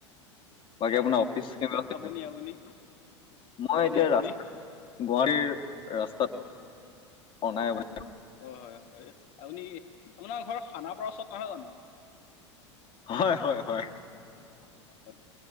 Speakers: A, on the left (about 35°); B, on the left (about 50°).
A: বাকী আপোনাৰ অফিচ কেনেকুৱা চলিছে?
B: আপুনি আপুনি
A: মই
B: আপুনি
A: এতিয়া
B: আপুনি
A: ৰাস্তাত গুৱাহাটীৰ ৰাস্তাত
B: অ
A: অনাইবনাই
B: অ', হয় হয় আপুনি আপোনাৰ ঘৰ খানা পৰা ওচৰত নহয় জানো?
A: হয়, হয়, হয়।
B: অ,